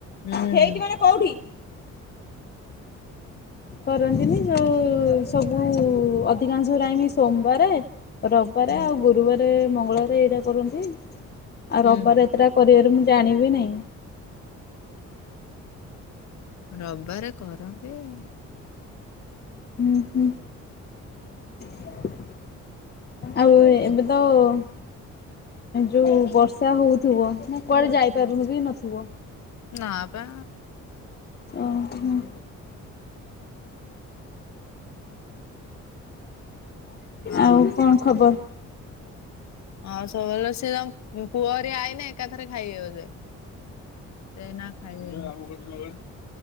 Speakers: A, on the left (about 65°); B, on the left (about 35°).
A: ହୁଁ
B: ହେଇଠି ମାନେ କୋଉଠି? କରନ୍ତିନି ଯେଉଁ ସବୁ ଅଧିକାଂଶ ଟାଇମ ସୋମବାରେ ରବିବାର
A: ହୁଁ
B: ଆଉ ଗୁରୁବାର, ମଙ୍ଗଳବାର ଏଇଟା କରନ୍ତି ଆଉ
A: ହୁଁ
B: ରବିବାର ଯାତ୍ରା କରିବାରେ ମୁଁ ଜାଣିବି ନାହିଁ।
A: ରବିବାର କରନ୍ତି ଆଉ।
B: ହଁ ହଁ ଆଉ ଏ ତ ଯଉ ବର୍ଷା ହେଉଥିବ କୁଆଡ଼େ ଯାଇପାରୁନି କି ନଥିବ।
A: ନା ବା
B: ଓ ହ
A: ହଁ।
B: ଆଉ କଣ ଖବର
A: ଆଉ ସବୁବେଳେ ସିଏ ତ ପୁଅରେ ଆଇଲେ ଏକାଥରେ ଖାଇବେ ବ ଏଇନା ଖାଇବୁ।